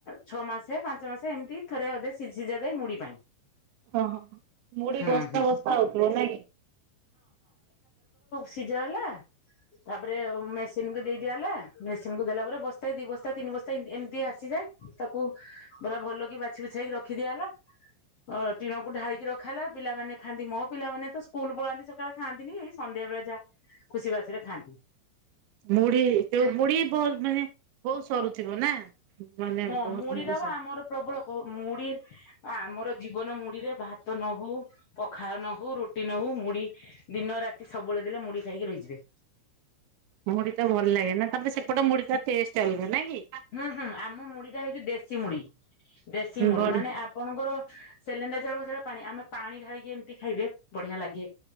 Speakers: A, on the left; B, on the right.
A: ଛଅ ମାସେ ପାଞ୍ଚ ମାସେ ଏମିତି। ଥରେଧେ ସି ସିଝା ଯାଏ ମୁଢଡି ପାଇଁ
B: ହ ହଁ ମୁଢ
A: ହୁଁ
B: ବସ୍ତା
A: ହୁଁ
B: ବସ୍ତା ହଉିବ।
A: ସିଝ ହେଲା। ତାପରେ ମେସିନ୍କୁ ଦେଇ ଦିଆ ହେଲା ମେସିନକୁ ଦେଲା ପରେ ବସ୍ ଦି ବସ୍ତା ତିନି ବସ୍ତା ଏମିତି ଆସିଯାଏ। ତାକୁ ପରା ଭଲ କି ବା ବାରଖିଆ ହେଲା <unintelligible> ହ ଟିଣକୁ ଢାଳିକି ରଖ ହେଲା <unintelligible> ପିଲାମାନେ ଖାନ୍ତି ମୋ ପିଲ ମାନେ ତ ସ୍କୁଲ ପଳାନ୍ତି ସକାଳେ ଖାନ୍ତିି ଏଇ ସଧ୍ୟାବେଳେ ଯାହା ଖୁସି ବାସିରେ ଖାଆନ୍ତି
B: ମୁଡ଼ି ତ ମୁଡି ବଲ ମାନେ ବୋଉତ ସରୁଥିବ ନା ମାନେ
A: ହଁ
B: ବହୁତ
A: ମୁଢି ଟ
B: ସରୁ
A: ବା ଆମର ପ୍ରବଳ କ ମୁଢି ଆମର ଜୀବନ ମୁ ମୁରେ ଭାତ ନ ହଉ ପଖା ନ ହଉ ରୁଟି ନହୁଉ ମୁଢ ଦିନ ରାତି ସବୁବେଳେ ଦେଲେ ମୁଢ ଖାଇକି ରହିଯିବେ।
B: ମୁଢୀା ଭଲ ଲାଗେ ନା ତାମରେ ସେପଟେ ମୁଢୀ ଟା ଟେଷ୍ଟ ଅଲଗା ନାଇଁ କି?
A: ହୁଁ ହୁଁ ଆମ ମୁଢି ଟା ହେଉଛି ଦେଶୀ ମୁଢି ଦେଶୀ ମୁଢି
B: ବଢି
A: ମାନେ ଆପଣଙ୍କର ସିଲିଣ୍ଡର ଚାଳ ପାଣି ଆମେ ପାଣି ଢାଳିକି ଏମିତି ଖାଇବେ ବଢିଆ ଲାଗେ